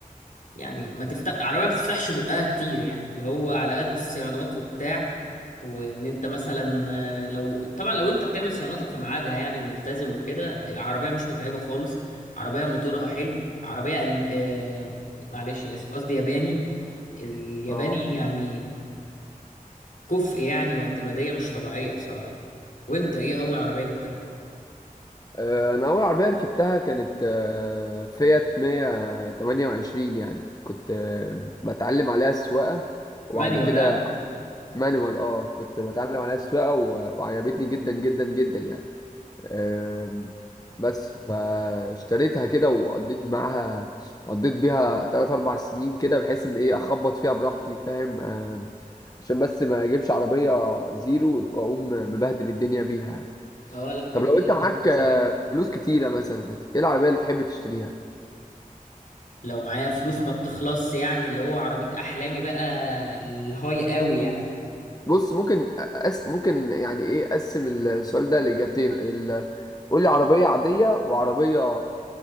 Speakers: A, on the left (about 65°); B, on the left (about 25°).
A: يعني ما تفتح عربيه ما بتفتحش بقها كتير يعني اللي هو على قد الصيانات وبتاع وان انت مثلا آه، لو طبعا لو انت بتعمل صيانتك في ميعادها يعني وملتزم وكده العربيه مش متعبه خالص عربيه موتورها حلو عربيه ألم... آه... معلش انا اسف قصدي ياباني الياباني
B: اه
A: يعني كفء يعني واعتماديه مش طبيعيه بصراحه وانت ايه اول عربيه جبتها
B: آه، انا اول عربية ركبتها كانت آه فيات 128 يعني كنت آه بتعلم عليها السواقة وبعد
A: مانيوال
B: كده
A: ها
B: مانوال اه كنت بتعلم عليها السواقة و- وعجبتني جدا جدا جدا يعني آم، بس فاشتريتها كده وقضيت معاها قضيت بيها تلات أربع سنين كده بحيث إن إيه أخبط فيها براحتي فاهم آم، عشان بس ما أجيبش عربية زيرو وأقوم مبهدل الدنيا بيها يعني
A: اه لا كده
B: طب لو
A: كده
B: أنت
A: تفكير
B: معاك
A: سليم
B: آه، فلوس كتيرة مثلا إيه العربية اللي تحب تشتريها؟
A: لو معايا فلوس ما بتخلصش يعني اللي هو عربيه احلامي بقى الهاي قوي يعني
B: بص ممكن أس ممكن يعني إيه أقسم السؤال ده لإجابتين ال... قول لي عربية عادية وعربية